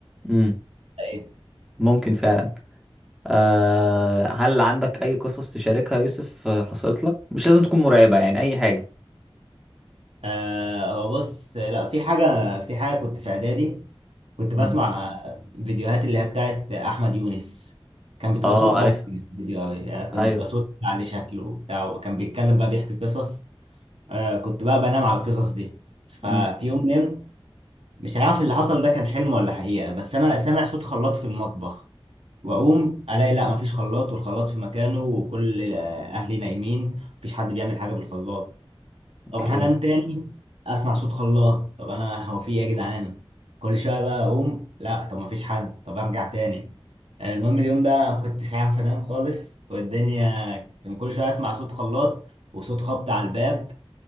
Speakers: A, in the centre; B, on the right.
A: مم.
B: إيه؟
A: ممكن فعلا آه... هل عندك أي قصص تشاركها يا يوسف آه، حصلت لك؟ مش لازم تكون مرعبة يعني أي حاجة
B: آه هو بص لا في حاجة في حاجة كنت في إعدادي كنت بسمع
A: مم.
B: فيديوهات اللي هي بتاعت أحمد يونس كان بتبقى
A: اه
B: صوت بس
A: عارفها
B: مش فيديو أوي يعني كان
A: أيوه
B: بيبقى صوت عليه شكله وبتاع وكان بيتكلم بقى بيحكي قصص آه كنت بقى بنام على القصص دي ففي
A: مم.
B: يوم نمت مش عارف اللي حصل ده كان حلم ولا حقيقة بس أنا سامع صوت خلاط في المطبخ وأقوم ألاقي لا مفيش خلاط والخلاط في مكانه وكل آه، أهلي نايمين مفيش حد بيعمل حاجة بالخلاط
A: أوكي
B: اقوم حلم تاني اسمع صوت خلاط طب انا هو في ايه يا جدعان كل شويه بقى اقوم لا طب ما فيش حد طب ارجع تاني آه، المهم اليوم ده ما كنتش عارف انام خالص والدنيا كان كل شويه اسمع صوت خلاط وصوت خبط على الباب